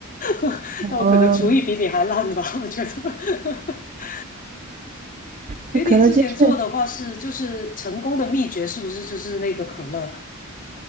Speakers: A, on the left; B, on the right.
A: <laughs>
B: 哦，
A: 那我可能厨艺比你还烂吧，我觉得。<laughs>
B: 就可乐鸡翅，
A: 哎，你之前做的话是就是成功的秘诀是不是就是那个可乐啊？